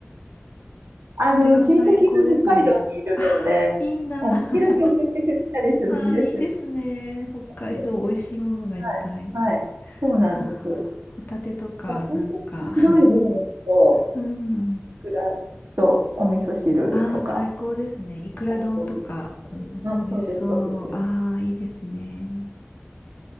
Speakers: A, on the left; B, on the right.
A: <laughs>
B: あの、
A: それは最高ですね。
B: 親戚が北海道にいるので、
A: ああ、いいな。
B: あの時々送ってくれたりするんです。
A: <laughs> ああ、いいですね。北海道、
B: はい
A: 美味しいものがいっぱい。
B: はい。はい。そうなんですよ。
A: あーホタテとか、
B: だから本当に白いご飯と、
A: なんか、<laughs> うん。
B: ぐらいと、お味噌汁とか、
A: ああ、最高ですね。いくら丼とか、
B: 最高です。
A: うん、
B: あ、
A: 美味しそう。
B: そうです、そうです。
A: ああ、いいですね。